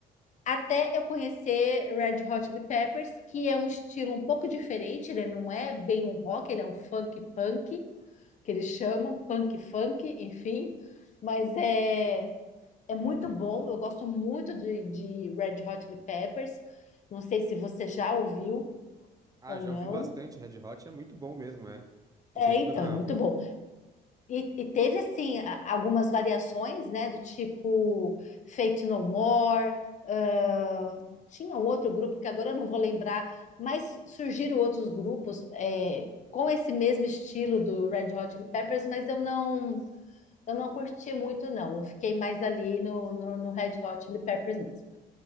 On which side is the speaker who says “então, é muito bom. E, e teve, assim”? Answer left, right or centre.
Left